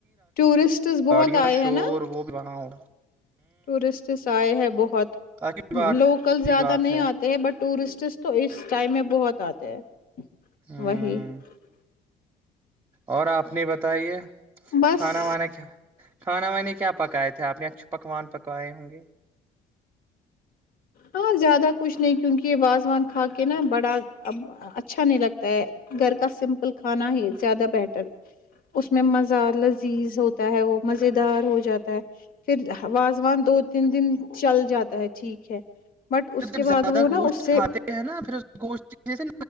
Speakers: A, on the left; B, on the right.
A: ٹورسٹ بہت
B: یہ
A: آئے
B: میںشہور
A: ہیں نا
B: وہ بھی رہ ہؤ
A: ٹورسٹس آئے ہیں بہت
B: اچھی بات اچھی
A: لوکل زیادہ
B: بات
A: نہیں
B: ہے
A: آتے ہیں بٹ ٹورسٹس تو اس ٹائم میں بہت آتے ہیں
B: ہ
A: وہی <unintelligible>
B: اور آپ نے بتائیے
A: بس
B: کھانا وانا کیا کھانا وانی کیا پکائے تھے آپ نے اچھ پکوان پکوائے ہوں گے <unintelligible>
A: ہاں زیادہ کچھ نہیں کیونکہ واازوان کھا کے نا بڑا ا اچھا نہیں لگتا ہے گھر کا سمپل کھانا ہی زیادہ بیٹر اس میں مزہ لذیذ ہوتا ہے وہ مز دار ہو جاتا ہے پھر واازوان دو تین دن چل جاتا ہے ٹھیک ہے۔ بٹ اس کے
B: جب
A: بعد
B: زیادہ
A: وہ
B: گوشت
A: نا اس سے
B: کھاتے ھیں نہ پھر اس گوشت کی۔